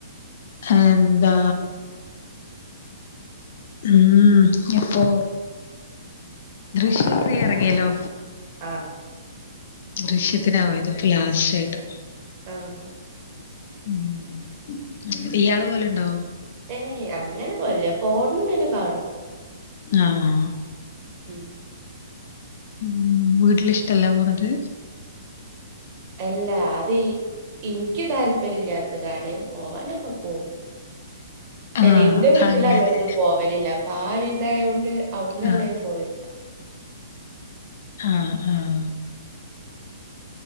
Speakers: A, on the left; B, on the right.
A: എന്താ ഉം ഇപ്പോ ദൃശ്യം ത്രീ ഇറങ്ങിയല്ലോ
B: ആഹ്
A: ദൃശ്യത്തിനാ പോയത് ഇപ്പോ ലാസ്റ്റാ യിട്ട്
B: ആഹ്
A: ഉം. ഇയാൾ പോൽ ഉണ്ടോ
B: ഏയ് അങ്ങനെ പോകലില്ല ഫോണിന്ന് ഇങ്ങനെ കാണും
A: ആഹ്
B: ഉം
A: ഉം വീട്ടില് ഇഷ്ടല്ല പോണത്
B: അല്ല അത് ഇൻക്ക് താല്പര്യ ഇല്ലാത്തതാണ്. പോവാനൊക്കെ പോവും
A: ആഹ്
B: അല്ല എന്റെ വീട്ടിൽ
A: അങ്ങനെ
B: അങ്ങനെന്നും പോവലില്ല. അപ്പൊ ആ ഒരു ഇതായൊണ്ട് അവിടന്നന്ന്
A: ആഹ്
B: അങ്ങനെ പോകലില്ല
A: ആഹ ആഹ